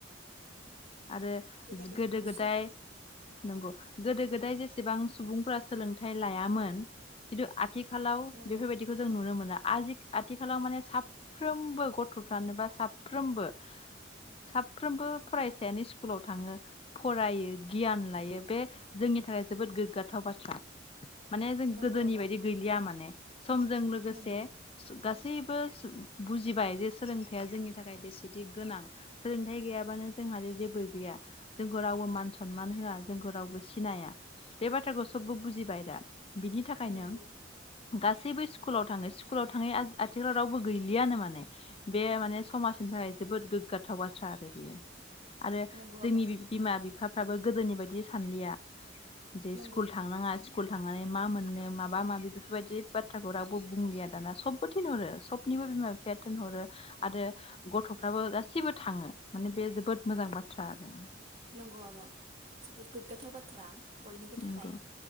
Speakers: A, on the left; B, on the right.
A: आरो
B: बेबादिनो
A: <unintelligible> गोदो गोदाय
B: सर
A: नंगौ गोदो गोदाय। <inaudible> जेसेबां सुबुंफोरा सोलोंथाइ लायामोन खिन्थु आथिखालाव
B: नंगौ
A: बेफोरबायदिखौ जों नुनो मोना। आजि आथिखालाव माने साफ्रोमबो गथ'फ्रानोबा साफ्रोमबो साफ्रोमबो फराय- <inaudible> स्कुलाव थाङो फरायो गियान लायो बे जोंनि थाखाय जोबोद गोग्गाथाव बाथ्रा, माने जों
B: नंगौ
A: गोदोनि
B: आब'
A: बायदि गैलिया माने। समजों लोगोसे
B: नंगौ
A: सु गासै- <unintelligible> बुजिबाय जे सोलोंथाइया जोंनि थाखाय बेसेदि गोनां सोलोंथाइ गैयाबानो- जोंहा जे जेबो गैया जोंखौ रावबो मान सनमान होआ जोंखौ रावबो सिनाया बे बाथ्राखौ सबबो बुजिबाय दा। बिनि थाखायनो
B: नंगौ
A: गा सैबो स्कुलाव थाङो स्कुलाव थाङै आ आथिखालाव रावबो गैलियानो माने बे माने समाजनि थाखाय जोबोद गोग्गाथाव बाथ्रा आरो बियो आरो
B: नंगौ
A: जोंनि
B: आब'
A: बि बिमा बि फाफ्राबो गोदोनि बायदि सानलिया। जे
B: नंगौ
A: स्कुल थांनाङा स्कुल थांनानै मा मोननो माबा माबि बेफोरबायदि बाथ्राखौ रावबो बुंलिया दाना सबबो थिनहरो सबनिबो बिमा बिफाया थोनहरो आरो गथ'फ्राबो गासिबो थाङो माने बेज बोद मोजां बाथ्रा आरो।
B: नंगौ आब' जोबोद गोग्गाथाव बाथ्रा। बयनिबो
A: नंगौ
B: थाखाय